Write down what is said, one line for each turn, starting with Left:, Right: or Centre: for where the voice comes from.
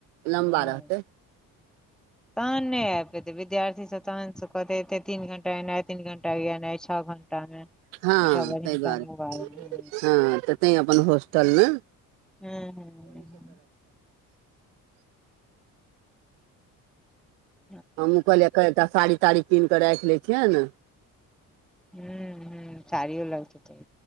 Right: लम्बा
Centre: हँ।
Right: रहतै
Centre: तहन नै आइब पयतै विद्यार्थीसब तहनसँ कहते एतै तीन घंटा एनाइ तीन घंटा गनाइ छओ घं टा मे
Right: हँ
Centre: अच्छा बढ़िया
Right: तैय दुआरे
Centre: तहन बाद मे
Right: हँ तऽ तैं अपन होस्टल में।
Centre: हूँ, हूँ, हूँ। हू
Right: हम ओ कहलियै एकटा साड़ी ताड़ी कीन कऽ रैइख लैए छियैन।
Centre: हूँ, हूँ सारीयो लगतै।